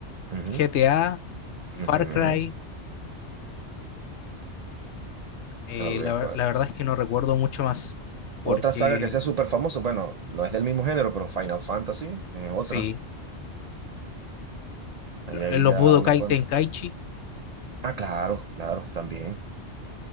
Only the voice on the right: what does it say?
Ujú,
ujú.
A ver,
¿cuál?
Otra saga que sea súper famosa. Bueno, no es del mismo género, pero Final Fantasy es otra.
Hay
ahí
ya
unas cuantas.
Ah, claro, claro, también.